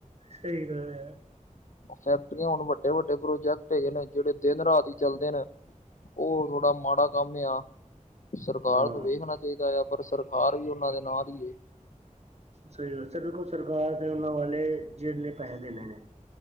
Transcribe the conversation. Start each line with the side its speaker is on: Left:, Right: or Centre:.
Right: ਸਹੀ ਗਲ ਹੈ।
Left: ਫੈਕਟਰੀਆਂ ਹੁਣ ਵੱਡੇ-ਵੱਡੇ ਪ੍ਰੋਜੈਕਟ ਹੈਗੇ ਨੇ ਜਿਹੜੇ, ਦਿਨ- ਰਾਤ ਹੀ ਚੱਲਦੇ ਨੇ ਹੋਰ ਥੋੜਾ ਮਾੜਾ ਕੰਮ ਆ ਸਰਕਾਰ
Right: ਹਾਂ
Left: ਨੂੰ ਵੇਖਣਾ ਚਾਹੀਦਾ ਆ, ਪਰ ਸਰਕਾਰ ਵੀ ਉਹਨਾਂ ਦੇ ਨਾਲ ਹੀ ਏ।
Right: ਸਹੀ ਗੱਲ, ਸਰ ਦੇਖੋ ਸਰਕਾਰ ਦੇ ਉਹਨਾਂ ਵਲ ਜਿਣੇ ਨੇ ਪੈਸੇ ਦੇਣੇ ਨੇ